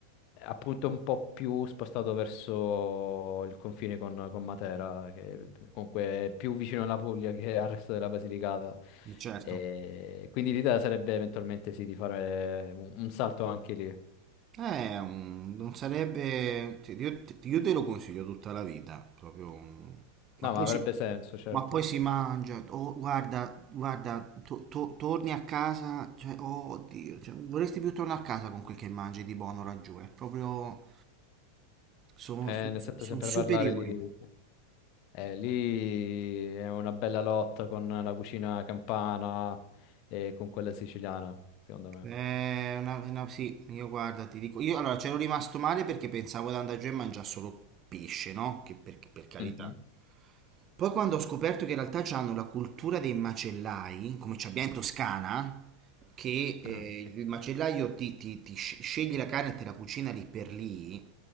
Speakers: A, on the left; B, on the right.
A: appunto un po' più spostato verso il confine con, con Matera, che comunque è più vicino alla Puglia che al resto della Basilicata.
B: Eh, Certo.
A: E quindi l'idea sarebbe eventualmente sì, di fare un, un salto anche lì.
B: Eh, un- non sarebbe... ti- Io, ti- io te lo consiglio tutta la vita, proprio... un- Ma
A: No,
B: poi
A: ma avrebbe
B: si,
A: senso, certo.
B: ma poi si mangia, oh, guarda, guarda, to- to- torni a casa, cioè, oh, oddio, cioè, vorresti più tornare a casa con quel che mangi di buono laggiù, è proprio... Sono
A: Eh,
B: so-
A: ne
B: so-
A: sento
B: sono
A: sempre
B: superiori.
A: parlare lì. Eh, lì è una bella lotta con la cucina campana e con quella siciliana, secondo me.
B: Eh, una, una- sì, io guarda, ti dico, io allora c'ero rimasto male perché pensavo di andare giù e mangiare solo pesce, no? Che per, per carità.
A: Mhm.
B: Poi quando ho scoperto che in realtà hanno la cultura dei macellai, come ci abbiamo in Toscana, che eh,
A: Ah, ok.
B: il macellaio ti, ti- ti sc- sceglie la carne e te la cucina lì per lì,